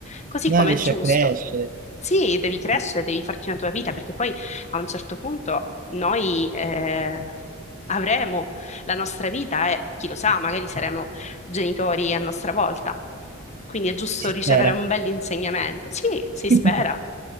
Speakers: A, on the left; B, on the right.
A: Così come
B: Non riesci
A: è giusto.
B: a crescere,
A: Sì, devi crescere,
B: eh sì,
A: devi farti una tua vita, perché poi a un certo punto noi eh, avremo la nostra vita e chi lo sa, magari saremo genitori a nostra volta. Quindi è giusto
B: si
A: ricevere
B: spera.
A: un bell'insegnamento. Sì, si
B: <laughs>
A: spera.